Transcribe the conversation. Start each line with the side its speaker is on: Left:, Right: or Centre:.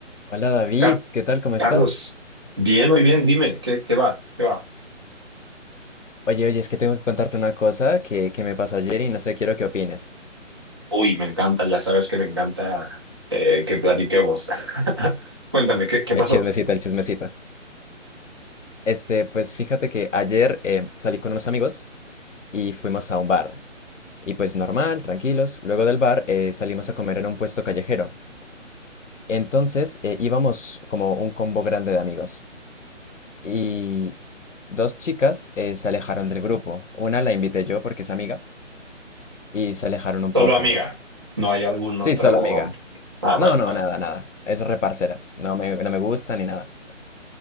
Left: Hola David,
Right: Ca-
Left: ¿qué tal? ¿Cómo estás?
Right: Carlos, bien, muy bien, dime, ¿qué, qué va? ¿Qué va?
Left: Oye, oye, es que tengo que contarte una cosa que, que me pasó ayer y no sé, quiero que opines.
Right: Uy, me encanta, ya sabes que me encanta eh, que platiquemos. <laughs> Cuéntame, ¿qué, qué
Left: El
Right: pasó?
Left: chismecito, el chismecito. Este, pues fíjate que ayer eh, salí con unos amigos y fuimos a un bar. Y pues normal, tranquilos. Luego del bar eh, salimos a comer en un puesto callejero. Entonces eh, íbamos como un combo grande de amigos. Y dos chicas eh, se alejaron del grupo. Una la invité yo porque es amiga y se alejaron un
Right: Solo
Left: poco.
Right: amiga, ¿no hay algún
Left: Sí,
Right: otro?
Left: solo amiga.
Right: Ah,
Left: No,
Right: bueno,
Left: no,
Right: bueno,
Left: nada, nada. Es reparcera. No me, no me gusta ni nada.